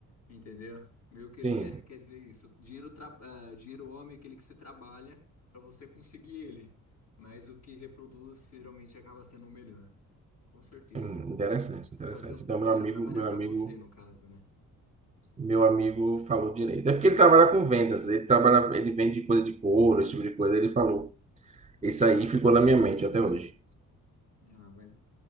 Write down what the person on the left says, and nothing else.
Entendeu? Meio que
ele quer, quer dizer isso. Dinheiro, tra- ah, dinheiro homem é aquele que você trabalha para você conseguir ele. Mas o que reproduz geralmente acaba sendo o melhor. Com certeza.
Você- Fazer
o, o
dinheiro
trabalhar
para
você, no caso, né?
Ah, mas